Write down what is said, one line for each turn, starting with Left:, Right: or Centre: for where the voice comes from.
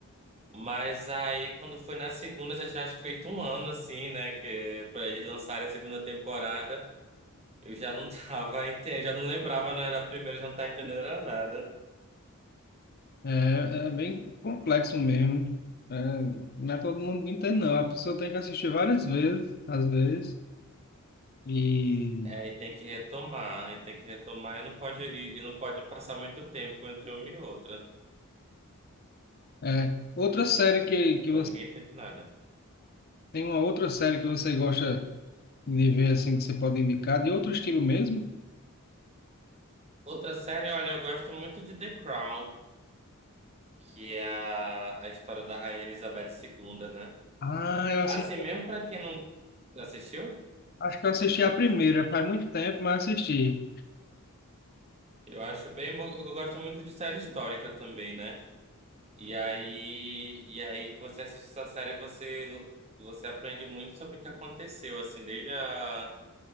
Right: Mas aí, quando foi na segunda, já tinha acho que feito um ano, assim, né? Que, pra eles lançarem a segunda temporada, eu já não <laughs> tava entendendo, já não lembrava nada da primeira, já não tava entendendo era nada.
Left: <laughs> é, é bem complexo mesmo. É, não é todo mundo que entende, não. A pessoa tem que assistir várias vezes, às vezes. E
Right: É, e tem que retomar, e tem que retomar e não pode, e, e não pode passar muito tempo entre uma e outra,
Left: é, outra série que, que
Right: senão
Left: você
Right: ninguém entende nada.
Left: tem uma outra série que você gosta de ver assim que você pode indicar, de outro estilo mesmo?
Right: Outra série, olha, eu gosto muito de The Crown, que é a, a história da Rainha Elizabeth II, né?
Left: Ah, eu assisti,
Right: Assim mesmo pra quem não assistiu,
Left: acho que eu assisti a primeira, faz muito tempo, mas assisti.
Right: eu acho bem, bo- eu gosto muito de série histórica também, né? E aí, e aí você assiste essa série, você você aprende muito sobre o que aconteceu, assim, desde a